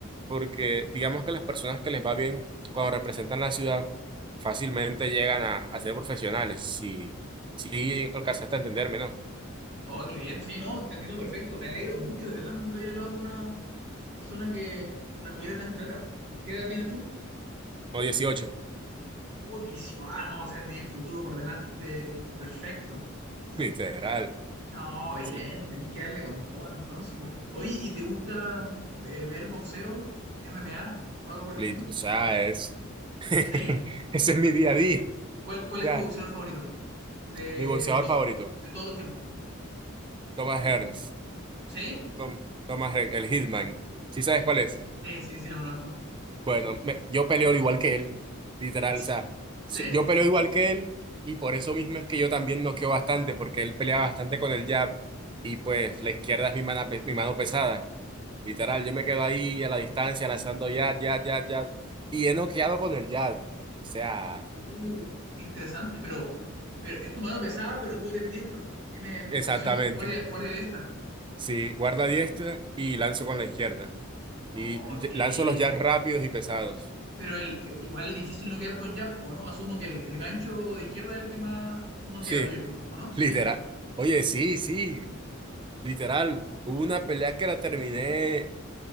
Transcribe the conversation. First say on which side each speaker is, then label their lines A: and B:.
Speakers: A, on the right; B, on the right.
A: porque digamos que las personas que les va bien cuando representan la ciudad fácilmente llegan a, a ser profesionales, si, si alcanzaste a entenderme, ¿no?
B: Oh, qué bien, sí, no, te entiendo perfecto, me alegro mucho, de verdad, nunca había hablado con una persona que la tuviera tan clara. ¿Qué edad tienes tú?
A: O dieciocho
B: Oh, 18. Ah, no, o sea, tiene el futuro por delante. Perfecto.
A: <laughs> literal.
B: No, bien,
A: Sí.
B: tenés que darle con todo entonces, po. Oye, ¿y te gusta eh, ver boxeo, MMA o algo por el
A: Lit-
B: estilo?
A: O sea, es... <laughs>
B: ¿Sí?
A: Ese es mi día a día.
B: ¿Cuál, cuál
A: O
B: es
A: sea,
B: tu boxeador favorito? De,
A: mi boxeador
B: de, to-
A: favorito,
B: de todos los tiempos.
A: Thomas Hearns.
B: ¿Sí?
A: Tom- Thomas Ren- el Hitman. ¿Sí sabes cuál es?
B: Sí, sí, sí, lo conozco.
A: Bueno, me- yo peleo igual que él, literal.
B: S-
A: O sea,
B: ¿Sí?
A: su- yo peleo igual que él y por eso mismo es que yo también noqueo bastante, porque él pelea bastante con el jab y pues la izquierda es mi mano, mi mano pesada. Literal, yo me quedo ahí a la distancia lanzando jab, jab, jab, jab. Y he noqueado con el jab. O sea,
B: Uh, qué interesante, pero, pero es tu mano pesada, pero tú eres diestro. Tienes posición
A: exactamente.
B: guardia, guardia diestra.
A: Sí, guarda diestra y lanzo con la izquierda. Y
B: Oh, qué
A: lanzo
B: bien.
A: los jabs rápidos y pesados.
B: Pero el, eh, igual es difícil no quedar con Yappo, ¿no? Asumo que el, el gancho de izquierda es el que más no
A: Sí.
B: queda tuyo, ¿o no?
A: Literal.
B: ¿Sí?
A: Oye, sí, sí, literal. Hubo una pelea que la terminé,